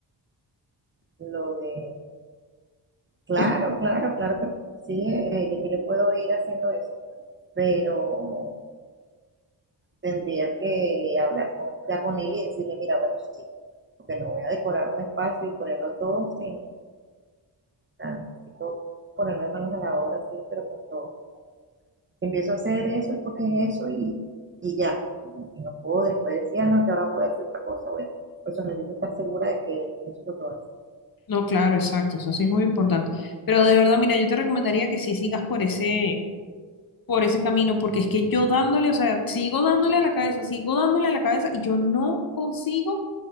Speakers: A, on the right; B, on the left.
A: lo de, claro,
B: Como-
A: claro, claro que sí, eh, yo- que yo puedo ir haciendo eso, pero tendría que hablar con, ya con él y decirle, mira, bueno, sí, porque no voy a decorar un espacio y ponerlo todo sin, o sea, necesito ponerme manos a la obra, sí, pero con todo. Si empiezo a hacer eso es porque es eso y, y ya. Y, y, no puedo después decir, ah, no, que ahora voy a hacer otra cosa. Voy a... Por eso necesito estar segura de que eso es lo que voy a hacer.
B: No, claro, exacto, eso sí es muy importante. Pero de verdad, mira, yo te recomendaría que sí sigas por ese, por ese camino, porque es que yo dándole, o sea, sigo dándole a la cabeza, sigo dándole a la cabeza y yo no consigo